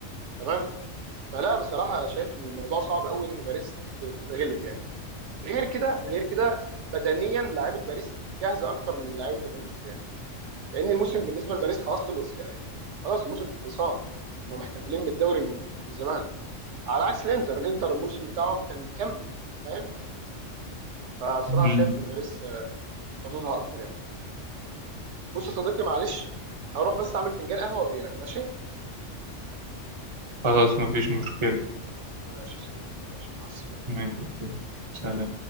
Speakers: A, on the right (about 75°); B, on the right (about 25°).
A: تمام فلا بصراحه شايف ان الموضوع صعب قوي ان باريس ت- تتغلب يعني غير كده غير كده بدنيا لعيبه باريس جاهزه اكتر من لعيبه الانتر يعني لان الموسم بالنسبه لباريس خلاص خلص يعني خلاص الموسم خلصان هم محتفلين بالدوري من من زمان على عكس الانتر الانتر الموسم بتاعهم كان مكمل فاهم فبصراحه
B: مم.
A: شايف ان باريس آه، حظوظها اكتر يعني بص يا صديقي معلش هروح بس اعمل فنجان قهوه واجي لك ماشي
B: خلاص مفيش مشكلة
A: ماشي يا صديقي ماشي مع السلامه
B: ماشي سلام